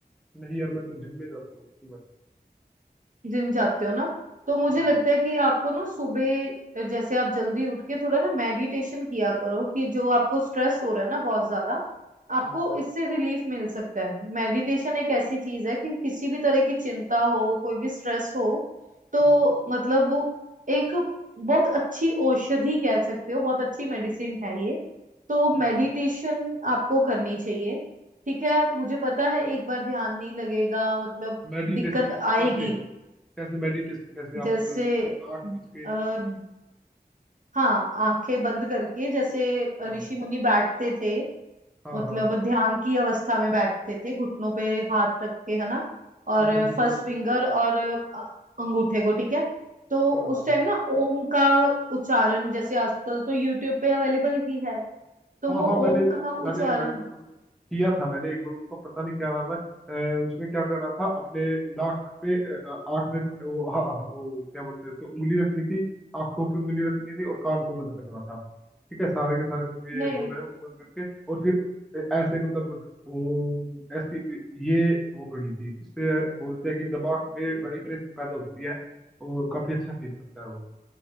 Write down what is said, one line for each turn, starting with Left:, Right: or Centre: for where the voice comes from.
Centre: नहीं यार मैं तो जिम में जाता हूँ सुबह
Right: जिम जाते हो ना तो मुझे
Centre: हाँ
Right: लगता है कि आपको ना सुबह जैसे आप जल्दी उठ के थोड़ा ना मेडिटेशन किया करो कि जो आपको स्ट्रेस हो रहा है ना बहुत ज्यादा आपको
Centre: हम्म
Right: इससे रिलीफ मिल सकता है मेडिटेशन एक ऐसी चीज है कि किसी भी तरह की चिंता हो कोई भी स्ट्रेस हो तो
Centre: हम्म
Right: मतलब वो एक बहुत अच्छी औषधि कह सकते हो बहुत अच्छी मेडिसिन है ये तो
Centre: हम्म
Right: मेडिटेशन आपको करनी चाहिए ठीक है मुझे पता है एक बार ध्यान नहीं लगेगा मतलब
Centre: मेडिटेशन
Right: दिक्कत
Centre: मतलब
Right: आएगी
Centre: कैसे कैसे मेडिटेशन कैसे आप
Right: जैसे
Centre: अ, मतलब आंख मीच के
Right: अ, हाँ आंखें बंद करके जैसे
Centre: हाँ
Right: ऋषि मुनि बैठते थे
Centre: हाँ
Right: मतलब
Centre: हाँ
Right: ध्यान की अवस्था में बैठते थे घुटनों पे हाथ रख के है ना और
Centre: हम्म हम्म हम्म,
Right: फर्स्ट
Centre: मैं समझ
Right: फिंगर
Centre: गया
Right: और अ, अंगूठे को ठीक है तो
Centre: हाँ
Right: उस
Centre: हाँ
Right: टाइम
Centre: हाँ
Right: ना ओम का उच्चारण जैसे आजकल तो यूट्यूब पे अवेलेबल ही है तो
Centre: हाँ
Right: वो
Centre: हाँ मैंने
Right: ओम का उच्चारण
Centre: मैंने मैंने मतलब किया था मैंने एक बार उसका पता नहीं क्या नाम है अ, उसमें क्या करना था अपने नाक पे अ, आँख रख वो हाँ, हाँ, वो क्या बोलते हैं उसको उंगली रखनी थी आंखों पे उंगली रखनी थी और कान को बंद करना था ठीक है सारे के सारे मतलब ये
Right: नहीं
Centre: होल है वो बंद करके और फिर अ, ऐसे मतलब ओ, ऐसी ये वो करनी थी इससे बोलते हैं कि दिमाग में वाइब्रेशन पैदा होती है और काफी अच्छा फील करता है वो